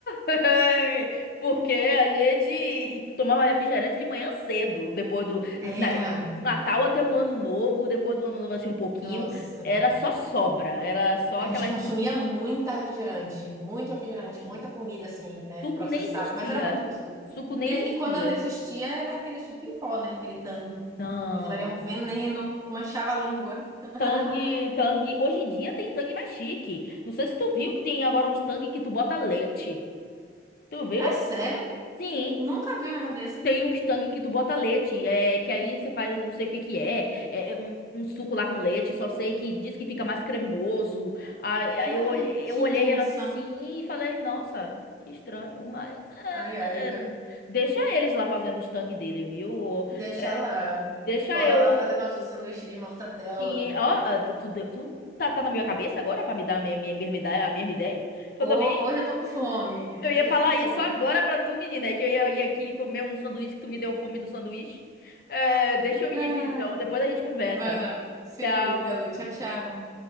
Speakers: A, on the left (about 50°); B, on the right (about 20°).
A: <laughs> porque a gente tomava refrigerante de manhã cedo, depois do,
B: Era,
A: na- do Natal até o Ano Novo, depois do Ano Novo assim um pouquinho,
B: nossa,
A: era só sobra, era só
B: a
A: aquela
B: gente consumia muita refrigerante, muito refrigerante,
A: assim,
B: muita comida assim, né,
A: suco
B: processada,
A: nem existia,
B: mas era muito gostoso.
A: suco nem
B: Né,
A: existia.
B: E quando existia era aquele suco em pó, né, aquele Tang.
A: Não.
B: Aquilo era um veneno, manchava a língua. <laughs>
A: Tangue, tangue. Hoje em dia tem tangue mais chique. Não sei se tu viu que tem agora uns tangue que tu bota leite. Tu viu?
B: É sério?
A: Sim,
B: Nunca vi um negócio desse.
A: tem uns tangue que tu bota leite. É, que aí você faz não sei o que que é. É é um, um suco lá com leite. Só sei que diz que fica mais cremoso. Aí, aí
B: Olha,
A: eu, olhei-
B: que
A: eu olhei
B: invenção.
A: assim e falei, nossa, que estranho. Mas
B: Ai,
A: é,
B: ai, viu?
A: deixa eles lá fazendo os tangue dele, viu?
B: Deixa
A: É,
B: lá.
A: deixa
B: Bora
A: eu.
B: lá fazer nosso sanduíche de mortadela.
A: Sim, ó, ah, tu, tu, deu- tu tá, tá na minha cabeça agora pra me dar a me- me- mesma ideia, a mesma ideia? Que
B: Ho-
A: eu também,
B: Hoje eu tô com fome.
A: eu ia
B: Hoje
A: falar
B: eu tô com fome.
A: isso agora pra tu, menina, é que eu ia, ia aqui comer um sanduíche que tu me deu fome do sanduíche. É, deixa eu
B: Ai,
A: ir aqui então, depois a gente conversa.
B: vai lá. Se
A: Tchau.
B: cuida, Lu. Tchau, tchau.